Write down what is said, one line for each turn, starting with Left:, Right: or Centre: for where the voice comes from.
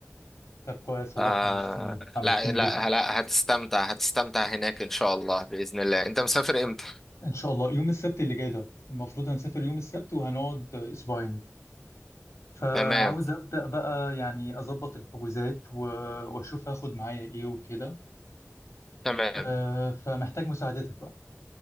Left: طب كويس والله
Centre: آه
Left: حمستني حمستني
Centre: لا لا
Left: جدا
Centre: لا هتستمتع هتستمتع هناك ان شاء الله باذن الله انت مسافر امتى
Left: ان شاء الله يوم السبت اللي جاي ده المفروض هنسافر يوم السبت وهنقعد اسبوعين فعاوز
Centre: تمام
Left: ابدا بقى يعني اظبط الحجوزات و- واشوف هاخد معايا ايه وكده
Centre: تمام
Left: آه، فمحتاج مساعدتك بقى